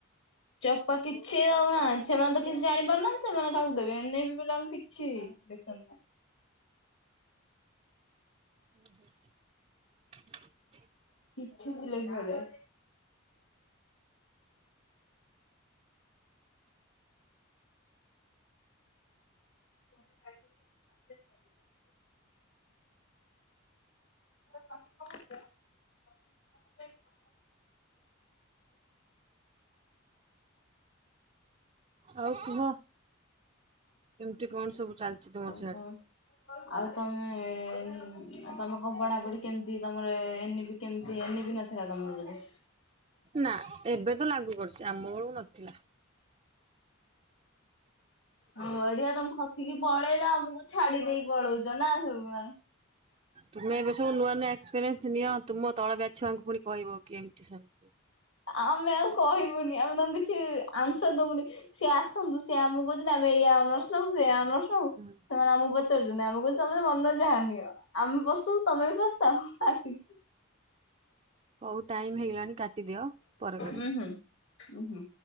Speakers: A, on the left; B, on the right.
A: ଚୋପା କିଛି ଦଉନାହାନ୍ତି ସେମାନେ ତ କିଛି ଜାଣିପାରୁନାହାନ୍ତି ସେମାନେ କାହାକୁ ଦେବେ ଏନବି ପିଲାଙ୍କୁ କିଛି ଦେଇପାରୁ ନାହାନ୍ତି।
B: ହୁଁ ହୁଁ <unintelligible>
A: କିଛି ଥିଲେ ଘରେ <unintelligible> କମ <unintelligible>
B: ଆଉ କୁହ କେମିତି କଣ ସବୁ? ଚାଲିଛି ତମର
A: ଆଉ
B: ସିଆଡ଼େ
A: କଣ ଆଉ ତମେ ଏ ଏ ଆଉ ତମେ କଣ ପଢାପଢି କେମିତି ତମର ଏ ଏନିବି କେମିତି ଏ ଏନିବି ନଥିଲା ତମର ବୋଧେ
B: ନା ଏବେତ ଲାଗୁଛି ବର୍ଷା ଆମ ବେଳୁକୁ ନ ଥିଲା।
A: ବଢିଆ ତମେ ଖସିକି ପଳେଇଲ ଆମକୁ ଛାଡିଦେଇ ପଳଉଛ ନା ସବୁ ମ
B: ତୁମେ ଏବେସବୁ ନୂଆ ନୂଆ ଏକ୍ସ ପାରେନସ ନିଆ ତୁମ ତଳ ବ୍ୟାଚ୍ ଛୁଆଙ୍କୁ ପୁଣି କହିବକି ଏମତି ସେମତି
A: ଆମେ ଆଉ କହିବୁନି ଆମେ ତାଙ୍କୁ କିଛି ଆନ୍ସାର ଦବୁନି ସିଏ ଆସନ୍ତୁ ସିଏ ଆମକୁ କହୁଛନ୍ତି ଆମେ ଏଇଆ ଅନର୍ସ ନବୁ ସେଇଆ ଅନର୍ସ ସେମାନେ
B: ହୁଁ
A: ଆମକୁ ପଚ ଆମକୁ କହୁଛନ୍ତି ତମ ମନ ଯାହା ନିଅ ଆମେ ବସିଛୁ ତମେ ବି ବସିଥଆ ଆସି
B: ହଉ ଟାଇମ ହେଇଗଲାଣି କାଟିଦିଅ ପରେ କରିବ।
A: ଉଁ ହୁଁ ଉଁ ହୁଁ।